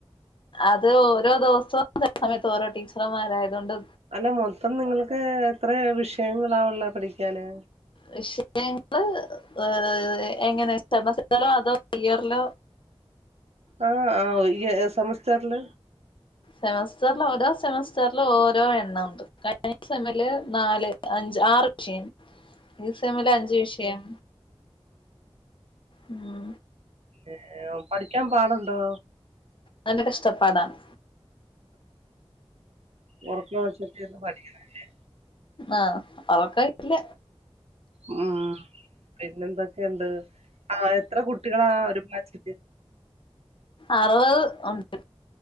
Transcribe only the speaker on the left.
അത് ഓരോ ദിവസവും ചില സമയത്ത് ഓരോ ടീച്ചർമാരായത കൊണ്ട്
വിഷയങ്ങള് ഏഹ് എങ്ങനെ സെമസറ്റ റോ അതോ ത്യയറിലോ
സെമസ്റ്ററിൽ ഓരോ സെമസ്റ്ററൽും ഓരോ എണ്ണ ഉണ്ട് കഴിഞ്ഞ സെമില് നാല് അഞ്ച് ആറ് <unintelligible> ഈസെമില് അഞ്ചു വിഷയം ഉം
നല്ല കഷ്ടപ്പാടാണ്
ആഹ് അവക്കല്ല
അറുപത് ഉണ്ട്